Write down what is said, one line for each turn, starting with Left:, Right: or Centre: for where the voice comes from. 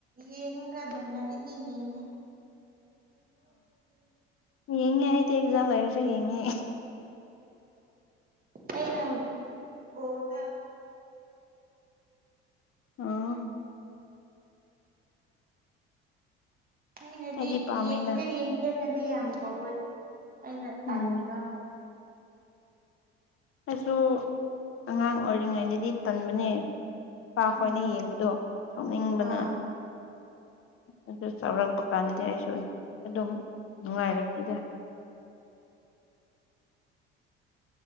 Right: ꯌꯦꯡꯑꯒ ꯑꯗꯨꯝꯅ ꯑꯩꯗꯤ ꯌꯦꯡꯒꯦ
Left: ꯑ ꯌꯦꯡꯉꯦ ꯑꯩꯗꯤ ꯖꯝ ꯂꯩꯔꯁꯨ ꯌꯦꯡꯉꯦ
Right: ꯑꯩꯅ ꯕꯣꯜ ꯗ
Left: ꯑꯥ
Right: ꯃꯤꯅꯗꯤ
Left: ꯑꯩꯗꯤ ꯄꯥꯝꯃꯦꯗ
Right: ꯌꯦꯡꯁꯦ ꯌꯦꯡꯁꯦꯅꯗꯤ ꯌꯥꯝ ꯍꯧꯋꯦ ꯑꯩꯅ ꯇꯟꯕ
Left: ꯎꯝ ꯑꯩꯁꯨ ꯑꯉꯥꯡ ꯑꯣꯏꯔꯤꯉꯩꯗꯗꯤ ꯇꯟꯕꯅꯦ ꯏꯄꯥ
Right: ꯎꯝ
Left: ꯈꯣꯏꯅ ꯌꯦꯡꯕꯗꯣ ꯁꯥꯎꯅꯤꯡꯕꯅ
Right: ꯑꯥ
Left: ꯑꯗꯨ ꯆꯥꯎꯔꯛꯄ ꯀꯥꯟꯗꯗꯤ ꯑꯩꯁꯨ ꯑꯗꯨꯝ ꯅꯨꯡꯉꯥꯏꯔꯛꯈꯤꯗ <inaudible>